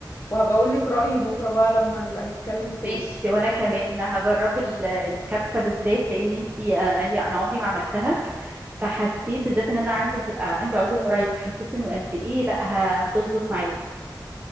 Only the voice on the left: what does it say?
وهبقى اقول لك رأيي بكره بقى لما نبقى نتكلم تاني